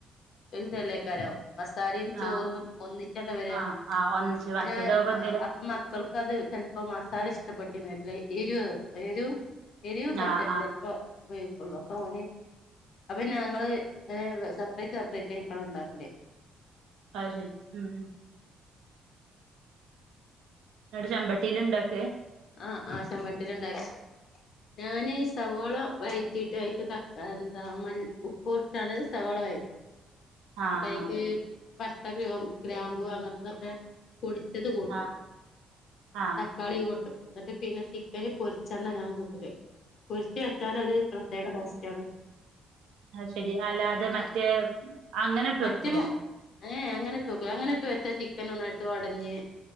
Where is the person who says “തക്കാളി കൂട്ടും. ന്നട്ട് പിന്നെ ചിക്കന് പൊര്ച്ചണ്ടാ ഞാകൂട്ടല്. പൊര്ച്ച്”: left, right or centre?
Left